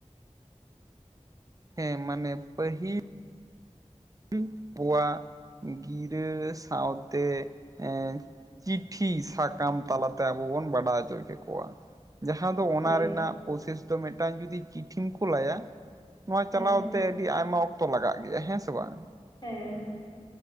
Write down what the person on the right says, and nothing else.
ᱦᱮᱸ ᱢᱟᱱᱮ ᱯᱟᱦᱤᱞ <unintelligible> ᱜᱤᱨᱟᱹ ᱥᱟᱶᱛᱮ ᱮᱸ ᱪᱤᱴᱷᱤ ᱥᱟᱠᱟᱢ ᱛᱟᱞᱟᱛᱮ ᱟᱵᱚ ᱵᱚᱱ ᱵᱟᱰᱟᱭ ᱦᱚᱪᱚᱭ ᱠᱮᱠᱚᱣᱟ᱾ ᱡᱟᱦᱟᱸ ᱫᱚ ᱚᱱᱟ
ᱨᱮᱱᱟᱜ ᱯᱨᱚᱥᱮᱥ ᱫᱚ ᱢᱤᱫᱴᱟᱱ ᱡᱩᱫᱤ ᱪᱤᱴᱷᱤᱢ ᱠᱳᱞᱟᱭᱟ ᱱᱚᱣᱟ ᱪᱟᱞᱟᱣ
ᱛᱮ ᱟᱹᱰᱤ ᱟᱭᱢᱟ ᱚᱠᱛᱚ ᱞᱟᱜᱟᱜ ᱜᱮᱭᱟ ᱦᱮᱸ ᱥᱮ ᱵᱟᱝ